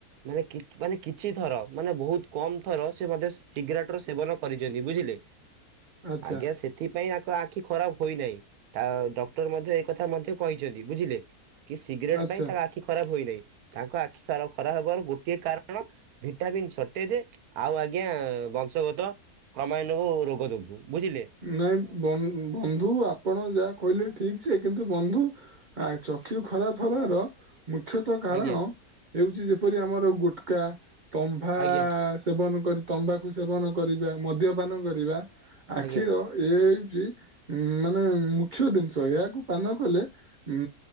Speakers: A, on the right; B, on the right.
A: ମାନେ ମାନେ କିଛିଥର ମାନେ ବହୁତ କମ ଥର ସେ ସିଗରେଟ ର ସେବନ କରିଚନ୍ତି ବୁଝିଲେ
B: ଆଚ୍ଛା
A: ଆଜ୍ଞା ସେଥିପାଇଁ ଆଖି ଖରାପ ହୋଇନାହିଁ ତା ଡକ୍ଟର ମଧ୍ୟ ଏକଥା ମଧ୍ୟ କହିଚନ୍ତି ବୁଝିଲେ। କି ସିଗରେଟ୍
B: ଆଚ୍ଛା
A: ପାଇଁ ତାଙ୍କ ଆଖି ଖରାପ ହୋଇନାହିଁ। ତାଙ୍କ ଆଖି ସାର ଖରା ହବାରୁ ଗୋଟିଏ କାରଣ ଭିଟାମିିନ୍ ସଟେଜ୍ ଆଉ ଆଜ୍ଞା ବଂଶଗତ କ୍ରମାଇନୁ ରୋଗ ଯୋଗୁ। ବୁଝିଲେ
B: ନାଇଁ ବନ ବନ୍ଧୁ ଆପଣ ଯାହା କହିଲେ ଠିକ୍ ଯେ କିନ୍ତୁ ବନ୍ଧୁ ଆ ଚକ୍ଷୁ ଖରାପ ହବାର ମୁଖ୍ୟତଃ କାରଣ
A: ଆଜ୍ଞା
B: ହେଉଛି ଯେପରି ଆମର ଗୁଟକା ତମ୍ଭା
A: ଆଜ୍ଞା
B: ସେବନ କରି ତମ୍ବାକୁ ସେବନ କରିବା ମଦ୍ୟପାନ କରିବା ଆଖିର
A: ଆଜ୍ଞା।
B: ଏ ହେଉଛି ଉଁ ମାନେ ମୁଖ୍ୟ ଜିନିଷ ଏହାକୁ ପାନ କଲେ ଉଁ